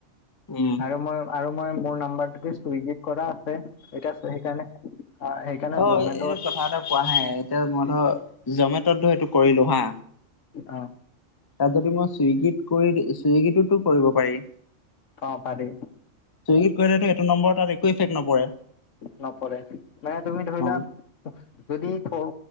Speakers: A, on the left; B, on the left.
A: উম
B: আৰু মই আৰু মই মোৰ নাম্বাৰটোতে চুইগিত কৰা আছে এতিয়া সেইকাৰণে আ সেই কাৰণে
A: অ
B: জমেট'ত
A: এই কথা এটা কোৱাহে এতিয়া মই ধৰ জমেটত ধৰ এইটো কৰিলো হা
B: অ
A: তাত যদি মই চুইগীত কৰি চুইগীততো কৰিব পাৰি
B: অ পাৰি।
A: চুইগীত কৰিলেটো এটো নম্বৰতাত একো এফেক্ট নপৰে।
B: নপৰে মানে তুমি ধৰিলোৱা।
A: অ
B: যদি ক